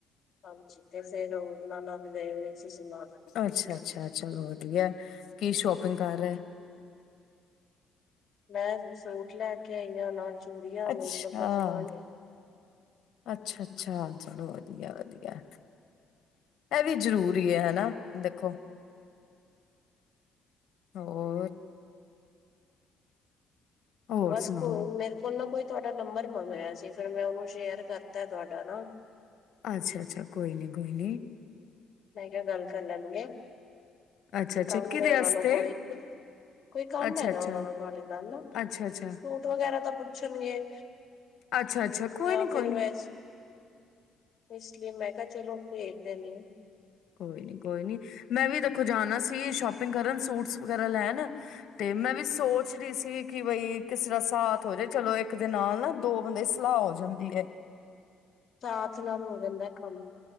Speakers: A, on the left; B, on the left.
A: ਹਾਂਜੀ, ਤੇ ਫੇਰ ਉਹਨਾਂ ਨਾਲ ਗਏ। ਸੀ ਸਮਾਨ।
B: ਅੱਛਾ-ਅੱਛਾ, ਚਲੋ ਵਧੀਆ ਐ, ਕੀ ਸ਼ੋਪਿੰਗ ਕਰ ਰਏ।
A: ਮੈਂ ਸੂਟ ਲੈ ਕੇ ਆਈ ਆ, ਨਾਲ ਚੂੜੀਆਂ,
B: ਅੱਛਾ,
A: ਮੇਕਅਪ ਦਾ ਸਮਾਨ।
B: ਅੱਛਾ-ਅੱਛਾ, ਚਲੋ ਵਧੀਆ-ਵਧੀਆ, ਐ ਵੀ ਜ਼ਰੂਰੀ ਐ ਹੈਨਾ। ਦੇਖੋ। ਹੋ। ਹੋਰ
A: ਬਸ,
B: ਸੁਣਾਓ?
A: ਮੇਰੇ ਕੋਲ ਨਾ ਕੋਈ ਤੁਹਾਡਾ ਨੰਬਰ ਮੰਗ ਰਿਆ ਸੀ, ਫੇਰ ਮੈਂ ਉਹਨੂੰ ਸ਼ੇਅਰ ਕਰਤਾ ਤੁਹਾਡਾ ਨਾ
B: ਅੱਛਾ-ਅੱਛਾ ਕੋਈ ਨੀਂ, ਕੋਈ ਨੀਂ।
A: ਮੈਂ ਕਿਆ ਗੱਲ ਕਰ ਲੈਣਗੇ,
B: ਅੱਛਾ-ਅੱਛਾ
A: ਕੰਮ
B: ਕਿਦੇ
A: ਨੇ
B: ਆਸਤੇ
A: ਉਨਾ ਨੂੰ ਕੋਈ ਕੋਈ ਕੰਮ
B: ਅੱਛਾ-ਅੱਛਾ।
A: ਹੈਗਾ ਉਨਾ ਨੂੰ ਤੁਹਾਡੇ ਨਾਲ ਨਾ,
B: ਅੱਛਾ-ਅੱਛਾ,
A: ਸੂਟ ਵਗੈਰਾ ਦਾ ਪੁੱਛਣਗੇ।
B: ਅੱਛਾ-ਅੱਛਾ, ਕੋਈ
A: ਜਾਂ
B: ਨੀ,
A: ਫਿਰ
B: ਕੋਈ ਨੀ।
A: ਵੈ ਇਸ ਲਈ, ਮੈਂ ਕਿਹਾ ਚਲੋ ਪੇਜ ਦਿਨੀ ਆ।
B: ਕੋਈ ਨੀ, ਕੋਈ ਨੀ, ਮੈਂ ਵੀ ਦੇਖੋ ਜਾਣਾ ਸੀ ਸ਼ੋਪਿੰਗ ਕਰਨ ਸੂਟਸ ਵਗੈਰਾ ਲੈਣ। ਤੇ ਮੈਂ ਵੀ ਸੋਚ ਰੀ ਸੀ ਕਿ ਬਈ। ਕਿਸੇ ਦਾ ਸਾਥ ਹੋ ਜਾਏ ਚਲੋ ਇੱਕ ਦੇ ਨਾਲ ਨਾ, ਦੋ ਬੰਦੇ ਸਲਾਹ ਹੋ ਜਾਂਦੀ ਏ।
A: ਸਾਥ ਨਾਲ ਹੋ ਜਾਂਦਾ ਐ ਕੰਮ